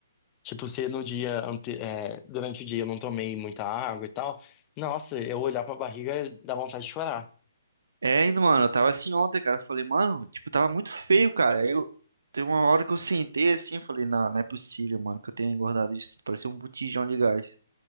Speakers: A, on the left; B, on the right.
A: tipo, se no dia, ante, é, durante o dia eu não tomei muita água e tal, nossa, eu olhar pra barriga dá vontade de chorar.
B: É, e, mano, eu tava assim ontem, cara. Eu falei, mano, tipo, tava muito feio, cara. Aí Eu tem uma hora que eu sentei assim, eu falei, não, não é possível, mano, que eu tenha engordado isso tudo. Parecia um botijão de gás.